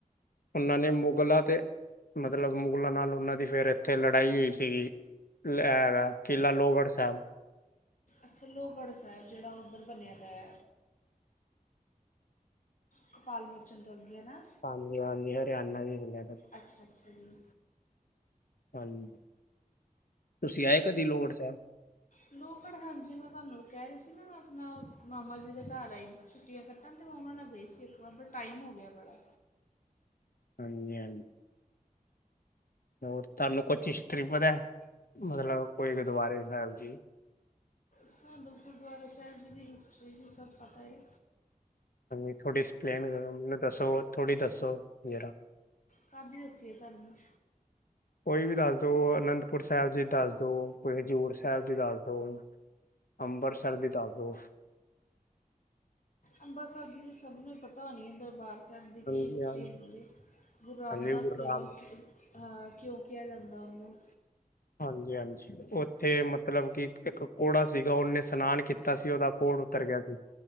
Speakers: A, on the left; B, on the left.
A: ਉਹਨਾਂ ਨੇ ਮੁਗਲਾਂ ਤੇ ਮਤਲਬ ਮੁਗਲਾਂ ਨਾਲ ਉਹਨਾਂ ਦੀ ਫੇਿਰ ਇੱਥੇ ਲੜਾਈ ਹੋਈ ਸੀਗੀ। ਏ ਹੈਗਾ ਕਿਲਾ ਲੋਹਗੜ੍ਹ ਸਾਹਿਬ।
B: ਅੱਛਾ, ਲੋਹਗੜ੍ਹ ਸਾਹਿਬ ਜੇਹੜਾ ਉੱਧਰ ਬਨਿਆ ਦਾ ਏ। ਕਪਾਲ ਮੁਰਚਣ ਤੋਂ ਅੱਗੇ ਨਾ।
A: ਹਾਂਜੀ-ਹਾਂਜੀ, ਹਰਿਆਣਾ ਦੀ ਬਨਿਆ ਦਾ।
B: ਅੱਛਾ ਅੱਛਾ ਜੀ
A: ਹਾਂਜੀ, ਤੁਸੀਂ ਆਏ ਕਦੀ ਲੋਹਗੜ ਸਾਹਿਬ?
B: ਲੋਹਗੜ ਹਾਂਜੀ, ਮੈਂ ਤੁਹਾਨੂੰ ਕਹਿ ਰਹੀ ਸੀ ਨਾ ਆਪਣਾ ਮਾਮਾ ਜੀ ਦੇ ਘਰ ਆਈ ਸੀ ਛੁੱਟੀਆਂ ਕੱਟ ਸੰਤ ਮਾਮਾ ਨਾਲ ਗਈ ਸੀ ਇੱਕ ਵਾਰ, ਬਟ ਟਾਈਮ ਹੋ ਗਿਆ ਬੜਾ।
A: ਹਾਂਜੀ-ਹਾਂਜੀ। ਹੋਰ ਤੁਹਾਨੂੰ ਕੁਛ ਹਿਸਟਰੀ ਪਤਾ, ਮਤਲਬ ਕੋਈ ਗੁਰਦੁਆਰੇ ਸਾਹਿਬ ਜੀ।
B: ਸਾਨੂੰ ਗੁਰਦੁਆਰਾ ਸਾਹਿਬ ਜੀ ਦੀ ਹਿਸਟਰੀ ਜੀ ਸਭ ਪਤਾ ਏ।
A: ਹਾਂਜੀ, ਥੋੜ੍ਹੀ ਐਕਸਪਲੇਨ ਕਰੋ ਮੈਨੂੰ ਦੱਸੋ, ਥੋੜ੍ਹੀ ਦੱਸੋ ਜਰਾ।
B: ਕਾਦੀ ਦੱਸੀਏ ਤੁਹਾਨੂੰ?
A: ਕੋਈ ਵੀ ਦੱਸ ਦੋ ਅਨੰਦਪੁਰ ਸਾਹਿਬ ਜੀ ਦੱਸਦੋ, ਕੋਈ ਹਜ਼ੂਰ ਸਾਹਿਬ ਦੀ ਦੱਸ ਦੋ। ਅੰਬਰਸਰ ਦੀ ਦਸ ਦੋ।
B: ਅੰਬਰਸਰ ਦੀ ਸਭ ਨੂੰ ਪਤਾ ਹੋਣੀ ਹੈ ਦਰਬਾਰ ਸਾਹਿਬ ਇਸ ਸਬ
A: ਹਾਂਜੀ
B: ਦੀ ਕਿ ਹਿਸਟਰੀ
A: ਹਾਂਜੀ
B: ਹੈਗੀ ਗੁਰੂ ਰਾਮਦਾਸ
A: ਹਾਂਜੀ ਗੁਰੂ
B: ਲੋਵਲਕ
A: ਰਾਮ
B: ਹਾਂ, ਕਿਓਂ ਕਿਹਾ ਜਾਂਦਾ ਉਹਨੂੰ
A: ਹਾਂਜੀ-ਹਾਂਜੀ। ਓੱਥੇ ਮਤਲਬ ਕਿ ਇੱਕ ਕੋੜਾ ਸੀਗਾ ਓਹਨੇ ਸਨਾਨ ਕੀਤਾ ਸੀ ਓਹਦਾ ਕੋੜ ਉਤਰ ਗਿਆ ਸੀ।